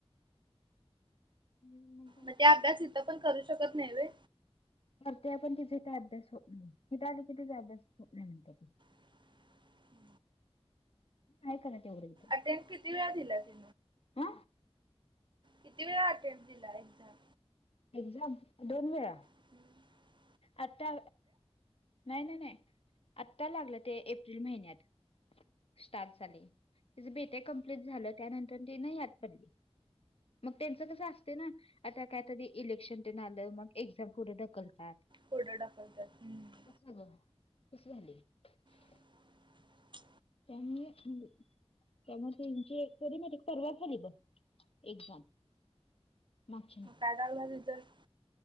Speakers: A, on the left; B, on the right.
A: हम्.
B: मग त्या अभ्यास इथं पण करू शकत नाही र.
A: करते पण तिचाथ अद्यास होत नाहीथ तिचा अद्यास होत नाही म्हणत त
B: <unintelligible>
A: काय का ना तेवढं.
B: अटेंड किती वेळा दिलाही.
A: हा
B: किती वेळा अटेम्प दिला एक्झाम.
A: एक्झाम दोन वेळा
B: ह <unintelligible>
A: आता नाही नाही नाही आत्ता लागलं ते एप्रिल महिन्यात स्टार्ट झाले तच बेटे कमप्लीट झालं त्यानंतर ती न याद पडली मग त्यांचं कसं असते ना आता काय तरी इलेक्शन ते ना आलं मग एक्झाम पुढे ढकलतात.
B: पुडं दाखवतात हम्म
A: कस झाले <unintelligible>
B: ह <unintelligible> <inaudible>
A: त्यां <unintelligible> त्यामुळे त्यांची एक वरी मॅटिक परवा झाली बघ एक्झाम. मग
B: पॅडाल ना तरर <unintelligible>